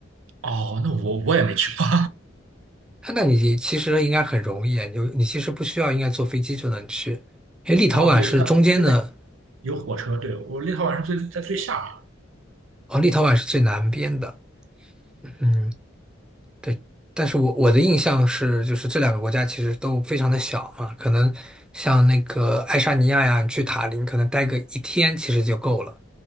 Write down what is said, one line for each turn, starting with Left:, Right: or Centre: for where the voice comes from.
Right: 哦，那我我也没去过。
Centre: 哎那你其实应该很容易啊，你就你其实不需要应该坐飞机就能去，因为立陶宛是中间的，
Right: <laughs> 哦，对，它它这边有火车，对，我立陶宛是最在最下面。
Centre: 哦，立陶宛是最南边的。嗯。对，但是我我的印象是，就是这两个国家其实都非常的小嘛，可能像那个爱沙尼亚呀，你去塔林可能待个一天其实就够了，